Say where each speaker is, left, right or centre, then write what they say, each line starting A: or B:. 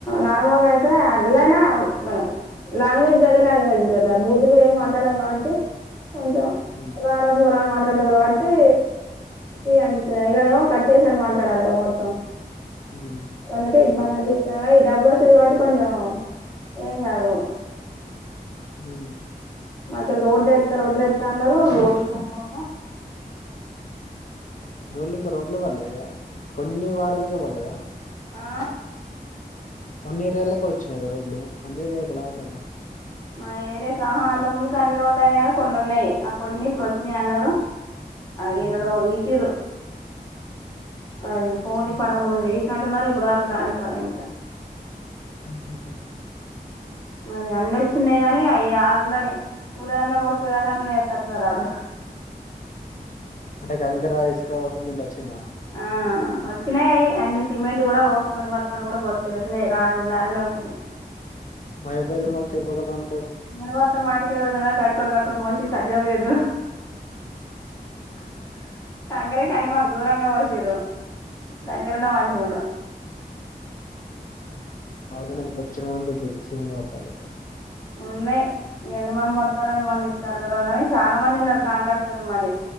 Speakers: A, on the left; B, on the left.
A: నార్మల్గా అయితే అల్లై నా మన లాంగ్వేజ్ గ దే లాంగ్వేజ్ గదా ఇదురు ఏం మాట్లాడం కాబట్టి కొంచెం
B: హ్మ్
A: రారా పోరా అని మా మాట్లాడతారు కాట్టి ఫ్రీ అనిపితది ఇయాలెమో కట్టేసినట్టు మాట్లాడాలిగా మొత్తం
B: హ్మ్
A: గందుకే ఇబ్బ సందీప్ అయి డబ్బులు వచ్చేది కాబట్టి కొంచెం ఏం కాదు
B: హు
A: మాకెళ్ళి రోడ్లేత్త రోడ్లెత్త అన్నరు రోడ్లు సల్లగుండ
B: రోడ్లు ఇంక రోడ్లు వల్లెదా కొన్నివాడలకే వడ్డదా
A: ఆ
B: కొన్ని ఏరియా లకే వచ్చినాయి గ రోడ్లు అన్ని ఏరియాలకు రాలేగా
A: మా ఏరియా కు ఆహా అంతకముందుకు అన్ని రోడ్లు కొన్ని అయినాయి గని కొన్ని ఉన్నాయి ఆ కొన్ని ఇప్పుడు వచ్చినాయి అన్నారు ఆ ఎన్నడో
B: ఊహూ
A: ఇసిరు అది హోలీ
B: హ్మ్
A: పండుగ ముందు ఎసినట్టున్నరు ఇపు ఇప్పటివరకు కానే కాలే ఇంకా
B: ఉహు హు
A: మరి అన్ని వచ్చున్నాయి కానీ అయి ఆల్రెడీ ఊల్లోళందరు మోసుకునే దాకా అట్లనే చేసేతటున్నరు ఆళ్ళు
B: అంటే కంకర ఇసుక సిమెంట్ వచ్చిందా
A: ఆ వచ్చినాయి అయి అన్ని సిమెంట్ కూడా ఓ సిమెంట్ బత్తలు కూడా బొచ్చడు వచ్చినాయి లారీలు లారీలే వచ్చినాయి
B: మోయపేళ్ళు మరి తెపుకోకటి రెండు
A: సిమెంటు బత్తాలు మా ఇంటికి కేలి పెడుతర గాడి కడ్గ అక్కడటి వాషి సజ్జిర ఏద్దాం <unintelligible> కంకరే మాకు దూరంగా పోసిర్ల్లు దగ్గరున్న మంచిగుండు
B: మా ఊర్లోనైతే బొచ్చెడు మంది దొబ్బిదరు సిమెంట్ బస్తాలు అయితే
A: ఉన్నాయి ఎంతమంది మొత్తార ఎంతమంది ఇస్తారు తె కాని చాలా మంది ఉన్నారు కాంట్రాక్టర్లు మరి